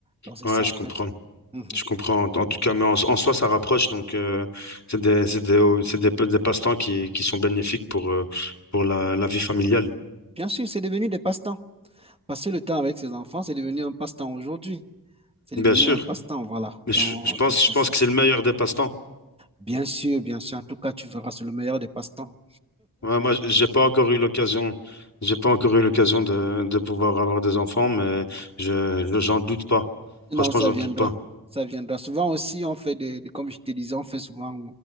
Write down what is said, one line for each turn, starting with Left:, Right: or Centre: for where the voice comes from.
Right: Donc c'est
Left: ouais,
Right: ça
Left: je
Right: en fait.
Left: comprends,
Right: Mhm.
Left: je comprends. En tout cas, mais en, en soi, ça rapproche, donc euh, c'est des, c'est des, c'est des, des passe-temps qui, qui sont bénéfiques pour, euh, pour la, la vie familiale,
Right: Bien sûr, c'est devenu des passe-temps. Passer le temps avec ses enfants, c'est devenu un passe-temps aujourd'hui. C'est devenu
Left: bien sûr.
Right: un passe-temps, voilà,
Left: Mais
Right: dans,
Left: je, je pense,
Right: dans ce
Left: je pense
Right: sens.
Left: que c'est le meilleur des passe-temps.
Right: Bien sûr, bien sûr. En tout cas, tu verras, c'est le meilleur des passe-temps.
Left: Ouais, moi, j'ai pas encore eu l'occasion, j'ai pas encore eu l'occasion de, de pouvoir avoir des enfants, mais je, je- j'en doute pas.
Right: Non,
Left: Franchement,
Right: ça
Left: j'en
Right: viendra.
Left: doute pas.
Right: Ça viendra. Souvent aussi, on fait des, des- comme je te disais, on fait souvent